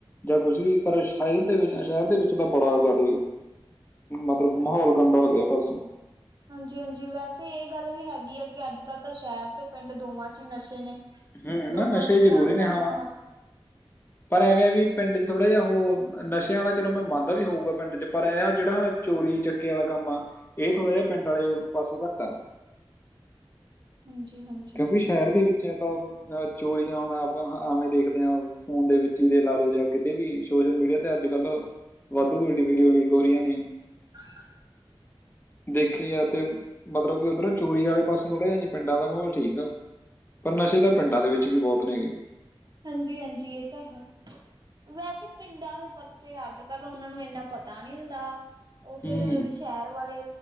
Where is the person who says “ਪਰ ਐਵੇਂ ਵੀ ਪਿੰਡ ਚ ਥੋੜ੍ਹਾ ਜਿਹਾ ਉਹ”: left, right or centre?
Left